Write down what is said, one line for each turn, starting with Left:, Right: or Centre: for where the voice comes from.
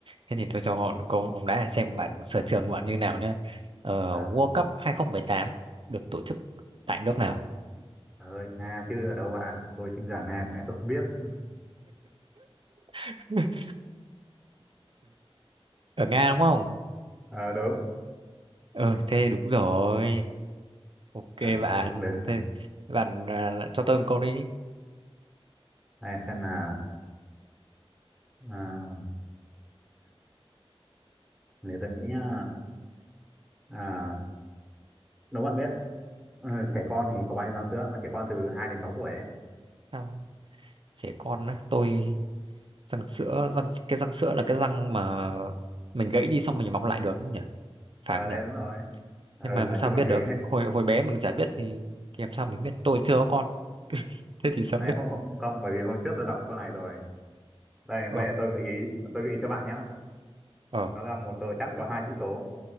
Right: thế thì tôi cho bạn câu bóng đá để xem bạn sở trường của bạn như nào nhé ờ,
Centre: À,
Right: World Cup 2018 được tổ chức tại nước nào
Centre: trời ơi, Nga chứ ở đâu bạn? Tôi sinh ra Nga, cái tôi không biết. <laughs>
Right: <laughs> ở Nga đúng không
Centre: Ờ đúng.
Right: ừ thế đúng rồi Ok
Centre: Trời
Right: bạn,
Centre: ơi, chuyện lên là.
Right: thế bạn à, cho tôi một câu đi.
Centre: Này xem là à, nếu tôi nghĩ nhá, à, nếu bạn biết ờ, trẻ con thì có bao nhiêu răng sữa mà trẻ con từ 2 đến 6 tuổi ấy.
Right: Sao trẻ con á, tôi răng sữa, răng cái răng sữa là cái răng mà mình gãy đi xong mình mọc lại được không nhỉ?
Centre: Ờ
Right: Phải không
Centre: đấy
Right: nhỉ?
Centre: đúng rồi. Ờ
Right: Nhưng mà làm
Centre: nói
Right: sao
Centre: chung
Right: biết
Centre: là
Right: được?
Centre: thế. <laughs>
Right: Hồi hồi bé mình chả biết thì, thì làm sao mình biết? Tôi chưa có con. <laughs> Thế thì sao
Centre: Đấy
Right: biết?
Centre: hôm, hôm không bởi vì hôm trước tôi đọc câu này rồi. Đây
Right: Ờ,
Centre: bây giờ tôi gợi ý tôi gợi ý cho bạn nhá.
Right: ờ,
Centre: Nó là một tờ chẵn có hai chữ số